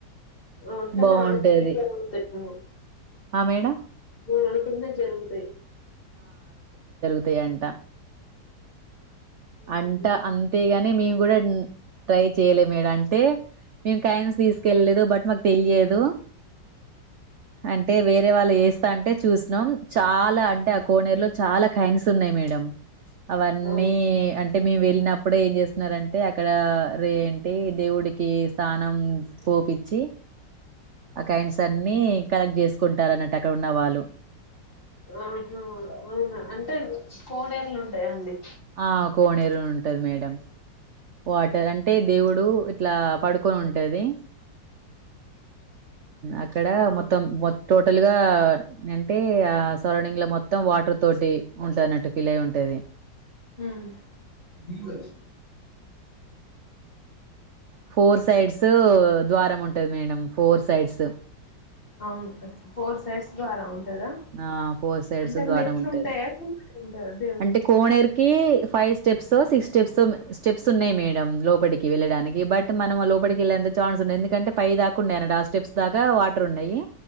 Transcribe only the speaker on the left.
ఉంటే
మనం అనుకుంద జరుగుతాయి మ
మం అనుకుంద జరుగుతాయి
ఉహు
అవు
ఆహా అవునా అంటే కోనేళ్లుు ఉంటాయండి
ఆ
హ హ
అవును ఫోర్ సైడ్స్ ద్వారా ఉ దా
అంటే
మెట్లు
ఉంటాయా క ఉంటా కా